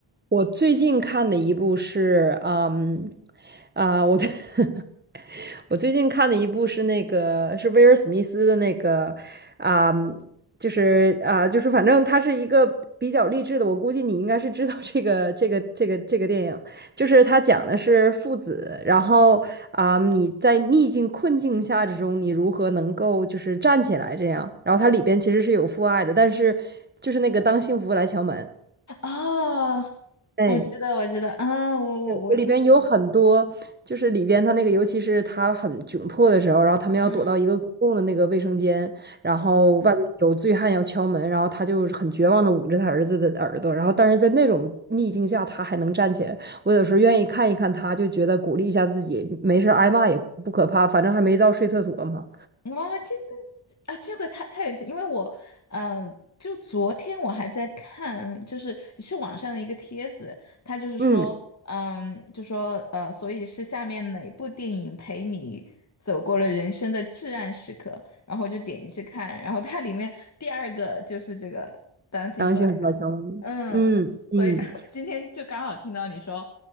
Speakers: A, on the right; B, on the left.
A: 我最近看的一部是，嗯，啊、我最 <laughs> 我最近看的一部是那个是威尔史密斯的那个，啊、就是啊、就是反正它是一个比较励志的，我估计你应该是知道这个这个这个这个电影，就是它讲的是父子，然后啊、你在逆境困境下之中，你如何能够就是站起来这样，然后它里边其实是有父爱的，但是就是那个当幸福来敲门，
B: 哦，
A: 哎。
B: 我知道，我知道，啊，我我我听过，
A: 对我里边有很多，就是里边他那个，尤其是他很窘迫的时候，然后他们要躲到一个公共的那个卫生间，
B: 嗯
A: 然后外面有醉汉要敲门，然后他就很绝望的捂着他儿子的耳朵，然后但是在那种逆境下，他还能站起来。我有时候愿意看一看他，就觉得鼓励一下自己，没事儿挨骂也不可怕，反正还没到睡厕所嘛。
B: 哇，这这啊，这个太太有意思，因为我，嗯、就昨天我还在看，就是是网上的一个帖子，他就是说，
A: 嗯，
B: 嗯，就说呃，所以是下面哪部电影陪你走过了人生的至暗时刻，然后我就点进去看，然后它里面第二个就是这个《当幸福来敲门》，
A: <laughs> 然后幸福小敲门。嗯嗯
B: 所以 <laughs> 今天就刚好听到你说，